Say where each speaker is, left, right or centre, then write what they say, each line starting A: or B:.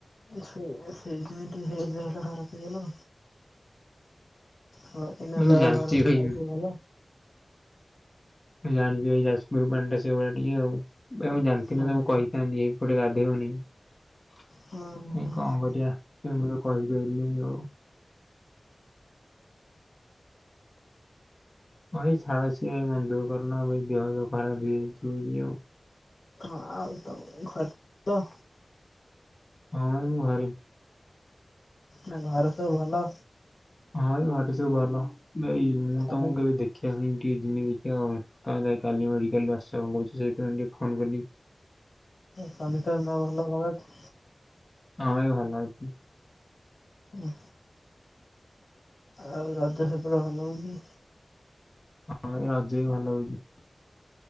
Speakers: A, on the left (about 70°); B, on the left (about 25°).
A: ସେ ସେଇ ଜ ହ ଜାର ଟା ଖରାପ ହେଇଗଲ ହଁ। ଏ
B: ଭାଇ ମୁଁ
A: ଦେହ
B: ଜାଣିଛି
A: <unintelligible>
B: ଭାଇ ମୁଁ ଜାଣିଛି ଏଇ ଯାଜପୁର ପାଣିଟା ସେଭଳିଆ ଟିକେ ଆଉ ଏ ମୁଁ ଜାଣିଥିଲି
A: ଆଉ
B: ତମୁକୁ କହିି ଏଇପଟେ ଗାଧେଇବନି ଏ
A: ହଁ
B: କଣ କରିବା। ଏ ମୁଁ ତ କହିପାରିଲିନି ଆଉ। ହଁ ଏଇ ଛାଡ ଏଇ ମନ ଦୁଃଖ କର ନା ଏ ଦେହ ଖରାପ ହେଇଯାଇଛି ଆଉ।
A: ହଁ ଆଉ ତ ଘର
B: ହଁ ଭାଇ ମୁଁ ଘରେ।
A: ନା ଘରେ ସବୁ ଭଲ?
B: ହଁ ଏଇ ଘରେ ସବୁ ଭଲ ନାଇ ମୁଁ
A: ସ୍ୱାମୀ
B: ତମକୁ କେବେ ଦେଖି <unintelligible> କାଲି ମେଡିକାଲ ର ଆସିବା କଛି ସେଥିପାଇଁ ଟିକେ ଫୋନ କଲି।
A: ସମୀତଙ୍କ ଦେହ ଭଲ ଭଲ ଅଛି?
B: ହଁ ଏଇ ଭଲ ଅଛି।
A: ହୁଁ। ଆଉ ରଜ ସେପଡେ ଭଲ ହଉନି?
B: ହଁ ଏଇ ରଜ ବି ଭଲ ହଉଛି।